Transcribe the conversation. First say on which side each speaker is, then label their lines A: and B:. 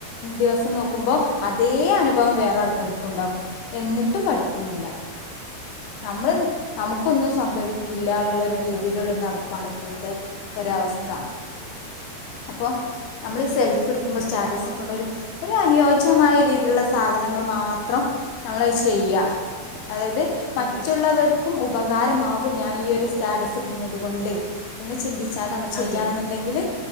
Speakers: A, on the left; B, on the left.
A: ദിവസം നോക്കുമ്പോ അതേ അനു ഭവം വേറെ
B: അതന്നെ
A: ആൾക്കാര്ക്കു ഉണ്ടാകും. എന്നിട്ടും പഠിക്കുന്നില്ല. നമ്മള് നമുക്കൊന്നും സംഭവി‌ ഇല്ലാന്ന്ള്ളരു
B: വേറൊരാൾക്കും
A: രീതിയിലുള്ളോരു
B: അത് തന്നെ
A: നടപ്പാണ് ഇപ്പോഴത്തെ ഒരവസ്ഥ.
B: വേറെ ഒരാൾക്ക് അത് തന്നെ അത് തന്നെ
A: അപ്പോ നമ്മള് ഈ സെൽഫി ഇട്ക്കുമ്പോ
B: അങ്ങനെ
A: സ്റ്റാറ്റസ്
B: സമൂഹം
A: വെക്കേണ്ടൊരു ഒരു അനുയോജ്യമായ
B: അങ്ങനെ
A: രീതിയിലുള്ള
B: വളർന്നു
A: സാധ ങ്ങൾ മാത്രം നമ്മള അത് ചെയ്യ. അതായത് മറ്റുള്ളവര്ക്കും
B: അതെ
A: ഉപകാരമാകും ഞാനി ഈ
B: അപ്പോ
A: ഒരു സ്റ്റാറ്റസ് ഇട്ട്ണത് കൊണ്ട് എന്ന് ചിന്തിച്ചാണ്ട് നമ്മള് ചെയ്യാണ്ന്ന്ണ്ടെങ്കില്
B: അതെ